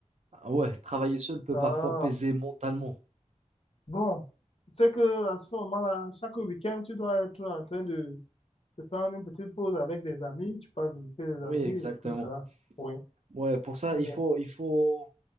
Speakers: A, on the right; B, on the left.
A: ah ouais, travailler seul peut
B: Ah.
A: parfois peser mentalement.
B: Bon, c'est que à ce moment-là, chaque week-end, tu dois être en train de, de prendre une petite pause avec des amis. Tu peux visiter les
A: Oui,
B: amis
A: exactement.
B: et tout cela. Oui.
A: Ouais, pour ça,
B: Euh,
A: il faut, il faut,